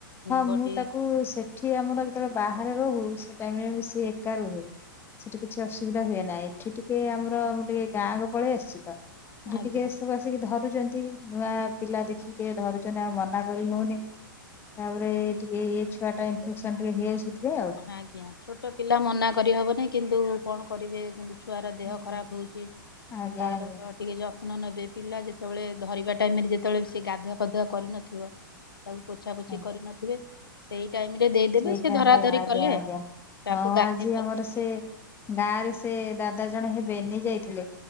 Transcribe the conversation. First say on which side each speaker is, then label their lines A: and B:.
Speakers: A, on the left; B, on the left.
A: ହଁ
B: ବଡି
A: ମୁଁ ତାକୁ ସେଠ ସେଠି ଆମର ଯେତେବେଳେ ବାହାରେ ରହୁ ସେ ଟାଇମ ସିଏ ଏକା ରୁହେ। ସେଠି କିଛି ଅସୁବିଧା ହୁଏ ନାହିଁ ଏଠି ଟିକେ ଆମର ମୁଁ ଟିକେ ଗାଁକୁ ପଳେଇ ଆସିଛି ତ ଠି
B: ଆଜ୍ଞା
A: ଟିକେ ସବୁ ଆସିକି ଧରୁଛନ୍ତି ନୂଆ ପିଲା ଦେଖିକି ଟିକେ ଧରୁଛନ୍ତି ଆଉ ମନା କରି ହଉନି ତାପରେ ଟିକେ ଏ ଛୁଆ ଟା ଇନଫେକ୍ସନ ଟିକେ ହେଇ ଆସିଥିଲେ ଆଉ
B: ଆଜ୍ଞା ଛୋଟ ପିଲା ମନା କରିହବନି କିନ୍ତୁ କଣ କରିବେ କିନ୍ତୁ ଛୁଆର
A: ଆଉ।
B: ଦେହ ଖରାପ ହେଉଛି
A: ଆଜ୍ଞା
B: ତାର
A: ଆଜ୍ଞା
B: ଟିକେ ଯତ୍ନ ନେବେ ପିଲା ଯେତେବେଳେ ଧରିବା ଟାଇମରେ ଯେତେବେଳେ ସେଏ ଗାଧୁଆ ପାଧୁଆ କରିନଥିବ ତାକୁ ପୋଛା ପୋଛି
A: ଆଜ୍ଞା
B: କରି ନଥିବେ ସେଇ ଟାଇମ ରେ ଦେଇଦେବେ
A: ସେଇ
B: ସେ
A: ଟାଇମରେ
B: ଧରା ଧରି
A: ଆଜ୍ଞା
B: କଲେ
A: ଆଜ୍ଞା
B: ତାକୁ
A: ହଁ
B: ଗାଧେଇ
A: ଆଜି
B: ପାଧେଇକି
A: ଆମର ସେ ଗାଁ ରେ ସେ ଦାଦା ଜଣେ ହେବେ ନେଇ ଯାଇଥିଲେ